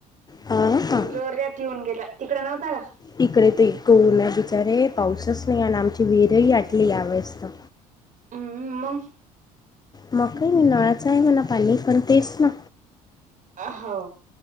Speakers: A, on the left; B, on the right.
A: हा हा
B: जोरात येऊन गेला. तिकड नव्हता का?
A: इकडे ते इतका ऊन आहे बिचारे. पाऊसच नाही आला आणि आमची विहिर ही आटली यावेेळेस तर.
B: हू हू मग.
A: मग काही नाही. नळाच आहे म्हणा पाणी पण तेच ना.
B: आ. हो.